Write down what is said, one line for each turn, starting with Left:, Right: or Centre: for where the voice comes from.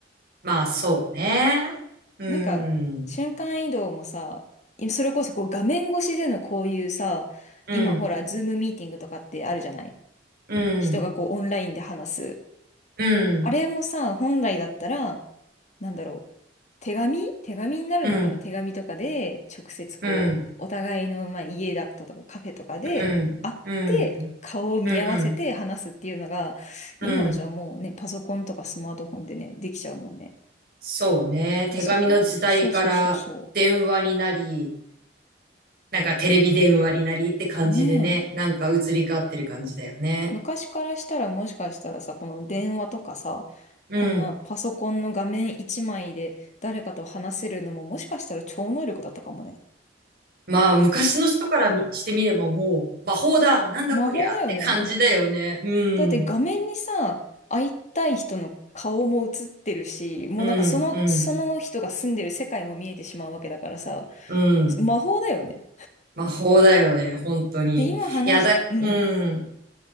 Right: まあそうね。うん。
Left: なんか、瞬間移動もさ、いそれこそこう画面越しでのこういうさ、
Right: うん。
Left: 今ほら、ズームミーティングとかってあるじゃない
Right: うん。
Left: 人がこうオンラインで話す。
Right: うん。
Left: あれもさ、本来だったら、なんだろう。手紙手紙になるのかな手紙とかで、
Right: うん。
Left: 直接こう、
Right: うん。
Left: お互いの、まあ、家だとかカフェとかで会って、
Right: うん。うん。
Left: 顔を見合わせて話すっていうのが、
Right: うん。うん。うん。
Left: 今はじゃあもうね、パソコンとかスマートフォンでね、できちゃうもんね。
Right: そうね。
Left: でそこ、
Right: 手紙の時代から電話になり、
Left: そうそうそうそ
Right: なんかテレビ電話になりって感じでね、
Left: う。ねえ。
Right: なんか移り変わってる感じだよね。
Left: 昔からしたらもしかしたらさ、この電話とかさ、
Right: うん。
Left: こんなパソコンの画面一枚で誰かと話せるのももしかしたら超能力だったかもね。
Right: まあ、昔の人からみしてみればもう、魔法だ、なんだこりゃって感じだよね。
Left: 魔法だよね。
Right: うん。
Left: だって画面にさ、会いたい人の顔も映ってるし、もうなんかその、
Right: うん、うん、
Left: その人が住んでる世界も見えてしまうわけだからさ、
Right: うん。
Left: 魔法だよね。
Right: 魔法だよね、本当に。
Left: で、今話し、
Right: いやだ、
Left: うん。
Right: うん。